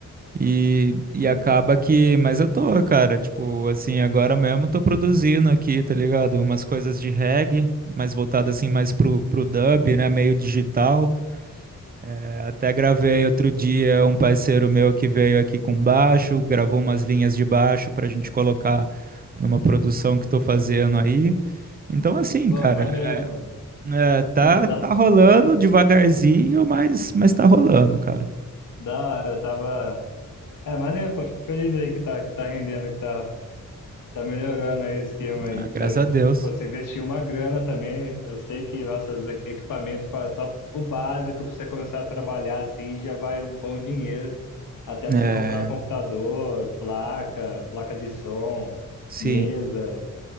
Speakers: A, on the right (about 30°); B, on the left (about 80°).
A: E, e
B: Sim.
A: acaba que. Mas eu tô, cara, tipo, assim, agora mesmo tô produzindo aqui, tá ligado? Umas coisas de reggae, mais voltado assim, mais pro, pro dub, né? Meio digital. É, Até gravei outro dia um parceiro meu que veio aqui com baixo, gravou umas linhas de baixo para a gente colocar numa produção que estou fazendo aí. Então, assim,
B: Pô,
A: cara,
B: maneiro, mano.
A: é, tá,
B: É, da, da,
A: tá rolando devagarzinho, mas, mas tá rolando, cara.
B: da hora, eu tava... É, maneiro, pô, fico feliz aí que tá, que tá rendendo, que tá Tá melhorando aí o esquema aí
A: Ah,
B: que
A: graças
B: você,
A: a Deus.
B: pô, você investiu uma grana também. Eu sei que nossos equipamentos para só o básico para você começar a trabalhar assim já vai um bom dinheiro, até para
A: É,
B: você comprar o computador, placa, placa de som,
A: sim,
B: mesa,